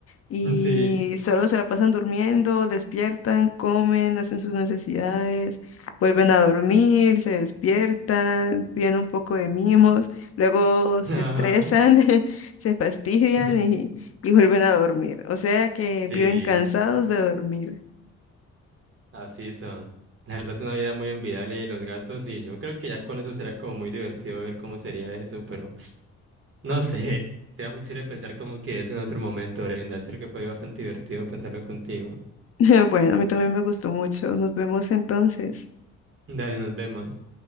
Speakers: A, on the left; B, on the right.
A: y
B: <laughs> sí,
A: solo se la pasan durmiendo, despiertan, comen, hacen sus necesidades, vuelven a dormir, se despiertan, piden un poco de mimos, luego se
B: ajá,
A: estresan, <laughs> se fastidian
B: <laughs>
A: y, y vuelven a dormir. O sea que
B: sí.
A: viven cansados de dormir.
B: Así son. La verdad es una vida muy envidiable de los gatos y yo creo que ya con eso será como muy divertido ver cómo sería eso, pero <laughs> no sé, será muy chévere pensar como que eso en otro momento, Brenda. En serio que fue bastante divertido pensarlo contigo.
A: <laughs> Bueno, a mí también me gustó mucho. Nos vemos entonces.
B: Dale, nos vemos.